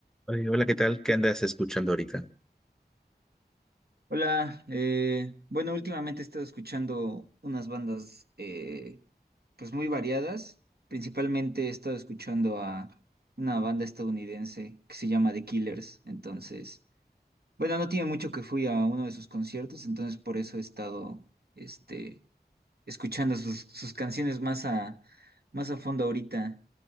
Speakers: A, in the centre; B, on the right.
A: Oye, hola, ¿qué tal? ¿Qué andas escuchando ahorita?
B: Hola, eh, bueno, últimamente he estado escuchando unas bandas eh, pues muy variadas. Principalmente he estado escuchando a una banda estadounidense que se llama The Killers. Entonces, bueno, no tiene mucho que fui a uno de sus conciertos, entonces por eso he estado este, escuchando sus, sus canciones más a, más a fondo ahorita.